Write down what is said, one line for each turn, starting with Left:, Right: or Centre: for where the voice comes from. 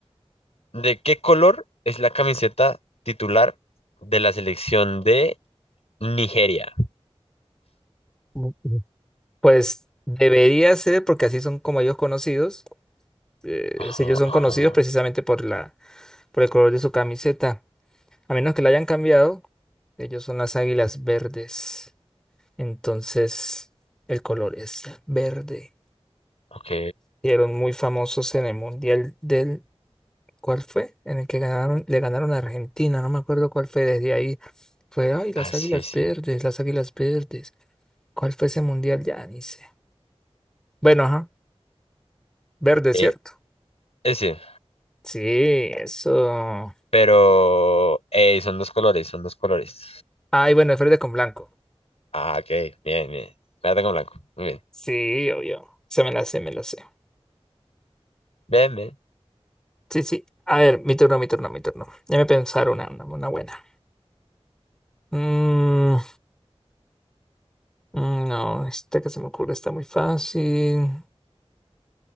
Left: ¿De qué color es la camiseta titular de la selección de Nigeria.
Centre: Mm, mm. Pues debería ser, porque así son como ellos conocidos, eh,
Left: Ajá,
Centre: si ellos son
Left: ajá.
Centre: conocidos precisamente por la, por el color de su camiseta. A menos que la hayan cambiado, ellos son las águilas verdes. Entonces, el color es verde.
Left: Ok.
Centre: Fueron muy famosos en el Mundial del... ¿Cuál fue? En el que ganaron, le ganaron a Argentina, no me acuerdo cuál fue. Desde ahí fue, ay, las
Left: Ah, sí,
Centre: águilas
Left: sí.
Centre: verdes, las águilas verdes. ¿Cuál fue ese Mundial? Ya ni sé. Bueno, ajá, verde, ¿cierto?
Left: Eh, ese.
Centre: Sí, eso.
Left: Pero eh, son dos colores, son dos colores.
Centre: Ay, bueno, es verde con blanco.
Left: Ah, ok. Bien, bien. Verde con blanco. Muy bien.
Centre: Sí, obvio. Se me la sé, me la sé.
Left: Bien, bien.
Centre: Sí, sí. A ver, mi turno, mi turno, mi turno. Déjame pensar una, una, una buena. Mm, mm, no, esta que se me ocurre está muy fácil.